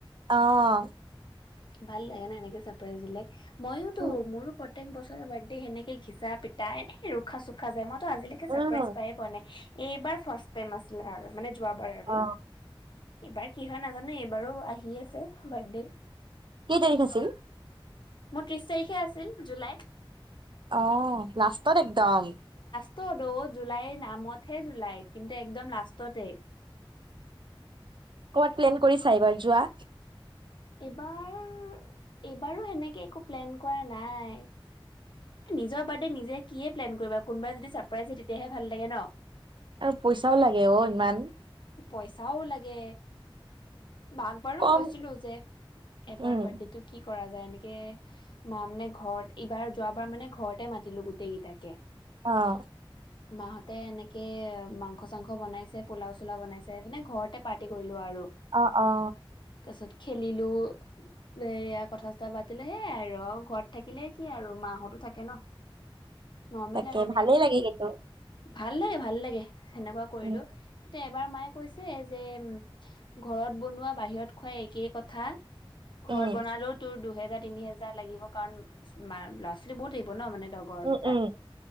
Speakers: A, on the right; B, on the left.
A: অহ
B: ভাল লাগে ন এনেকে চাপ্ৰৰাইজ দিলে মইও তো
A: উম
B: মোৰ ও প্ৰত্যেক বছৰ বাৰ্থডে সেনেকেই ঘিচা পিতা এনেই ৰুখা চুখা যায় মইতো আজিলৈকে
A: উম
B: চাৰপ্ৰাইজ পায়েই পোৱা নাই। এইবাৰ ফাৰ্ষ্ট টাইম আছিলে আৰু মানে যোৱাবাৰ আৰু
A: অ
B: এইবাৰ কি হয় নাজানোঁ এইবাৰো আহি আছে বাৰ্থডে।
A: কেই তাৰিখ আছিল?
B: মোৰ ত্ৰিশ তাৰিখে আছিল জুলাই।
A: আহ লাষ্টত একদম
B: অহ টো জুলাইৰ নামতহে জুলাইত কিন্তু একদম লাষ্টতে। <unintelligible>
A: ক'বাত প্লেন কৰিছা এইবাৰ যোৱা?
B: এইবাৰ এইবাৰো সেনেকে একো প্লেন কৰা নাই। নিজৰ বাৰ্থডে নিজে কিহে প্লেন কৰিবা কোনোবাই যদি চাপ্ৰৰাইজ দিয়ে তেতিয়াহে ভাল লাগে ন
A: আৰু পইচাও লাগে অ ইমান।
B: পইচাও লাগে। মাক বাৰো
A: কম
B: কৈছিলোঁ যে এবাৰ
A: উম
B: বাৰ্থডে টো কি? কৰা যায় এনেকে মা মানে ঘৰত এইবাৰ যোৱাবাৰ মানে ঘৰতে মাতিলো গোটেই কেইটাকে।
A: আহ।
B: মাহতে এনেকে মাংস চাংস বনাইছে পোলাও। পোলাও বনাইছে মানে ঘৰতে পাৰ্টি কৰিলোঁ আৰু-
A: অ অ
B: তাৰ পাছত খেলিলোঁ। এয়া কথা চথা পাতিলে সেয়াই আৰু ঘৰত থাকিলে কি আৰু মা‌ হতো থাকে ন। নৰ্মেল
A: তাকে
B: আৰু এনে
A: ভালেই লাগে কিন্তু
B: ভাল লাগে ভাল লাগে সেনেকুৱা কৰিলোও।
A: উম
B: তে এবাৰ মায়ে কৈছে যে উ ঘৰত বনোৱা বাহিৰত খোৱা একেই কথা। ঘৰত
A: উম
B: বনালো তোৰ দুহেজাৰ। তিনি হাজাৰ লাগিব, কাৰণ ল'ৰা ছোৱালী বহুত আহিব ন মানে লগৰ
A: উম
B: কেইটা।
A: উম